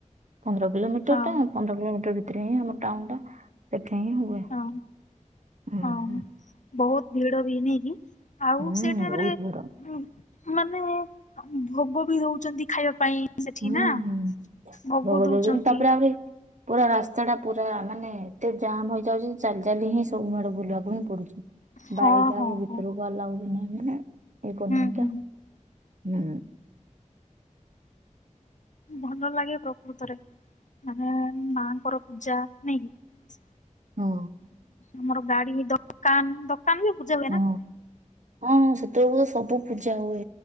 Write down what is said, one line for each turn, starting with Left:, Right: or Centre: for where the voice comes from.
Right: ପନ୍ଦର କିଲୋମିଟର
Left: ହଁ
Right: ଟା। ପନ୍ଦର କିଲୋମିଟର ଭିତରେ ହିଁ ଆମ ଟାଉନ ଟା ସେଠହିଁ ହୁଏ।
Left: ହଁ
Right: ହୁଁ
Left: ହଁ
Right: ହୁଁ
Left: ବହୁତ ଭିଡ ବି ନେଇକି। ଆଉ
Right: ହୁଁ
Left: ସେ ଟାଇମରେ
Right: ବହୁତ ଭିଡ
Left: ଉ ମାନେ ଭୋଗ ବି ଦଉଛନ୍ତି ଖାଇବା ପାଇଁ। ସେଠି
Right: ହୁଁ
Left: ନା
Right: ହୁ <unintelligible>
Left: ଭୋଗ ଦଉଛନ୍ତି
Right: ତାପରେ ଆହୁରି ପୁରା ରାସ୍ତା ଟା ପୁରା ମାନେ ଏତେ ଜାମ୍ ହୋଇଯାଉଛି ଚାଲି ଚାଲି ହିଁ ସବୁ ମାଡ ବୁଲିବାକୁ ହିଁ ପଡୁଚି।
Left: ହଁ
Right: ବାଇକ
Left: ହଁ
Right: ଆଉ ଭିତରକୁ
Left: ହଁ
Right: ଆଲାଉ ବି ନାହିଁ ମାନେ ଇଏ କରୁନାହାନ୍ତି
Left: ହୁଁ ହୁଁ
Right: ଆଉ ହୁଁ।
Left: ଭଲ ଲାଗେ ପ୍ରକୃତରେ ମାନେ ମାଙ୍କର ପୂଜା ନାଇଁକି।
Right: ହଁ।
Left: ଆମର ଗାଡି ଦୋକାନ ଦ କାନ ବି ପୁଜା।
Right: ହଁ ହଁ ସେତେବେଳକୁ ସବୁ ପୂଜା ହୁଏ